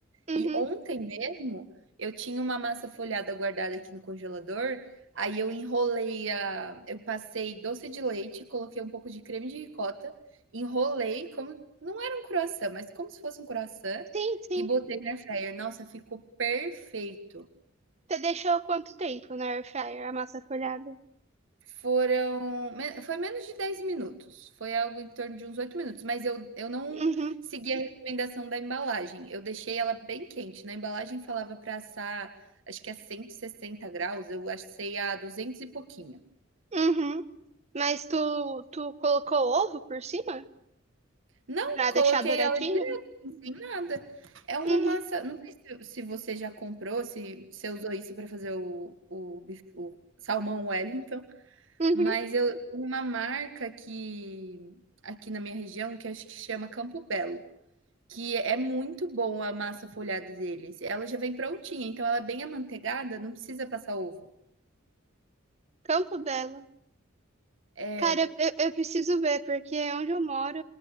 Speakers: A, on the right (about 35°); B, on the right (about 70°).
A: Uhum.
B: E ontem mesmo eu tinha uma massa folhada guardada aqui no congelador, aí eu enrolei a, eu passei doce de leite, coloquei um pouco de creme de ricota, enrolei como não era um croissant, mas como se fosse um croissant
A: Sim, sim.
B: e botei na air fryer. Nossa, ficou perfeito.
A: Você deixou quanto tempo na air fryer a massa folhada?
B: Foram me foi menos de 10 minutos, foi algo em torno de uns 8 minutos, mas eu eu não
A: Uhum.
B: segui a recomendação da embalagem, eu deixei ela bem quente, na embalagem falava para assar, acho que a 160 graus eu assei a 200 e pouquinho.
A: Uhum. Mas tu, tu colocou ovo por cima?
B: Não,
A: Pra
B: coloquei
A: deixar douradinho?
B: ela direto, assim, sem nada. É uma
A: Uhum.
B: massa não sei se se você já comprou, se você usou isso para fazer o o bif o salmão Wellington.
A: Uhum.
B: Mas eu tem uma marca aqui aqui na minha região que acho que chama Campo Belo, que é muito bom a massa folhada deles. Ela já vem prontinha, então ela é bem amanteigada, não precisa passar ovo.
A: Campo Belo.
B: É.
A: Cara, eu, eu preciso ver, porque onde eu moro,